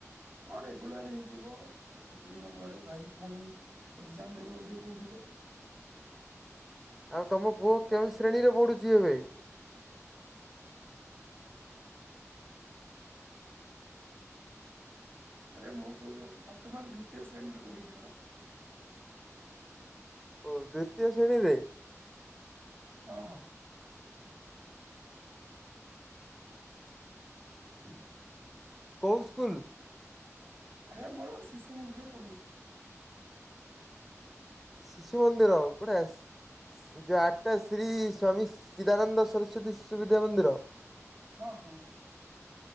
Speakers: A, on the right; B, in the centre.
A: ହଁ ରେଗୁଲାର ହେଇଯିବ ଆଉ କେତେ ଦିନ ପରେ ଭାଇ ପୁଣି ଏକ୍ଜାମ ଦେବେ ବୋଧେ କହୁଥିଲେ।
B: ଆଉ ତମ ପୁଅ କେଉଁ ଶ୍ରେଣୀରେ ପଢୁଛି ଏବେ।
A: ଆରେ ମୁଁ ପୁଅ ବର୍ତ୍ତମାନ ଦ୍ୱିତୀୟ ଶ୍ରେଣୀରେ ପଢୁଛି ପରା।
B: ଓ ଦ୍ଵିତୀୟ ଶ୍ରେଣୀରେ।
A: ହଁ ହଁ। ହୁଁ
B: କୋଉ ସ୍କୁଲ।
A: ଆରେ ଆମର ପା ଶିଶୁ ମନ୍ଦିର ପଢଉଛି
B: ଶିଶୁମନ୍ଦିର ବଢ଼ିଆସ - ଯୋଉ ଆଠଟା ଶ୍ରୀ ସ୍ଵାମୀ ଚିଦାନନ୍ଦ ସରସ୍ଵତୀ ଶିଶୁ ବିଦ୍ୟା ମନ୍ଦିର।
A: ହଁ ହଁ।